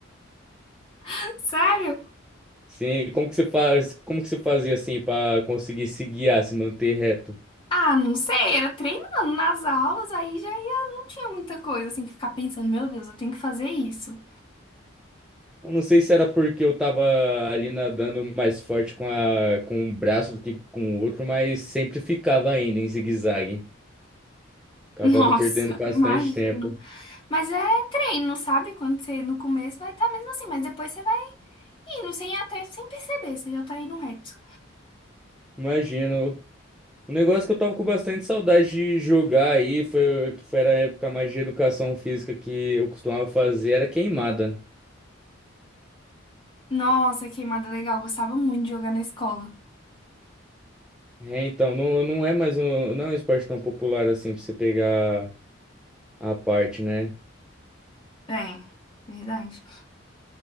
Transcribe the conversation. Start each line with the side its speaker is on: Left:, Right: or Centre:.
Left: <laughs> Sério?
Centre: Sim, como que você faz, como que você fazia assim para conseguir se guiar, se manter reto?
Left: Ah, não sei, era treinando nas aulas, aí já ia, não tinha muita coisa assim que ficar pensando, meu Deus, eu tenho que fazer isso.
Centre: Eu não sei se era porque eu tava ali nadando mais forte com a, com um braço do que com o outro, mas sempre ficava ainda em zigue-zague. Acabava
Left: Nossa,
Centre: perdendo bastante
Left: <laughs> imagino.
Centre: tempo.
Left: Mas é treino, sabe? Quando você no começo vai estar mesmo assim, mas depois você vai indo sem até sem perceber, você já tá indo reto.
Centre: Imagino. Um negócio que eu tava com bastante saudade de jogar aí, foi que foi a época mais de educação física que eu costumava fazer, era queimada.
Left: Nossa, queimada legal, gostava muito de jogar na escola.
Centre: É, então, não, não é mais um, não é um esporte tão popular assim pra você pegar a parte, né?
Left: É, verdade.